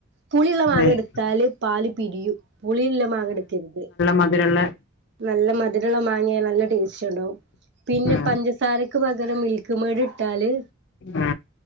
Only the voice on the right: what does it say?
പുളിള്ള മാങ്ങെടുത്താല്
പാല് പിരിയും പുളിള്ള മാങ്ങ എട്ക്കരുത്
നല്ല മധുരമുള്ള മാങ്ങ നല്ല ടേസ്റ്റ് ഉണ്ടാവും പിന്നെ
പഞ്ചസാരക്ക് പകരം മിൽ മിൽക്ക് മേഡ് ഇട്ടാല്